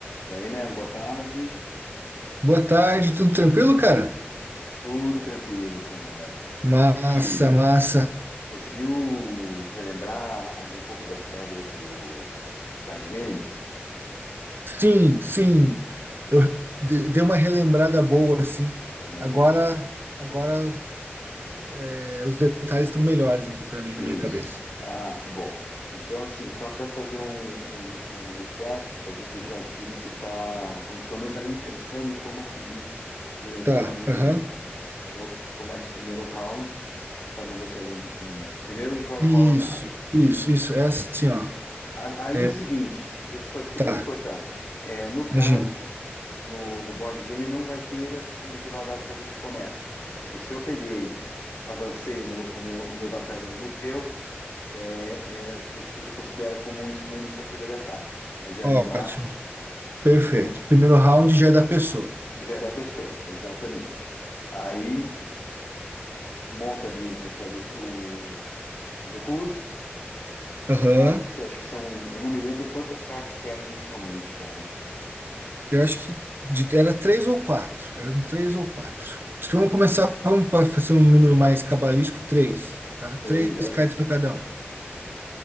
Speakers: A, on the left; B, on the right.
A: Daí, man, boa tarde.
B: Boa tarde, tudo tranquilo, cara?
A: Tudo tranquilo, cara.
B: Massa,
A: E
B: massa.
A: conseguiu relembrar ali um pouco das regras do, do card game?
B: Sim, sim. Eu de- dei uma relembrada boa, assim.
A: É
B: Agora,
A: isso,
B: agora é, os detalhes estão melhores aqui para mim
A: é
B: na minha
A: isso.
B: cabeça.
A: Ah, que bom. Então, assim, só para fazer um, um- um recap, para a gente já ferir se tá, como- pelo menos já ir pensando em como aferir durante
B: Tá,
A: o board
B: aham.
A: game. Então, começa o primeiro round, e cada um recebe um, um- Primeiro joga
B: Isso,
A: rola dado.
B: isso, isso. É assim, ó.
A: A- Aí,
B: É,
A: é o seguinte, deixa eu só, desculpa
B: tá,
A: eu ter que cortar. É, no caso,
B: imagina.
A: no, no board game não vai ter a questão de jogar o dado para ver quem começa. Tipo, se eu peguei, avancei o meu, o meu, o meu batalhão no teu, é, é, a gente já considera como isso uma iniciativa de ataque. Aí gera
B: Ótimo,
A: o embate,
B: perfeito.
A: entendeu?
B: Primeiro round
A: A-
B: já é da pessoa.
A: Gera a pessoa, exatamente. Aí monta ali, o, recebe o, o, o recurso,
B: Aham.
A: compra, acho que são, eu não me lembro quantas cartas que era inicialmente, cara.
B: Eu acho que de- era três ou quatro. Eram três ou quatro. Acho que vamos começar, vamos pa- fazer um número mais cabalístico, três, tá? Três
A: Três, eu,
B: cards para cada um,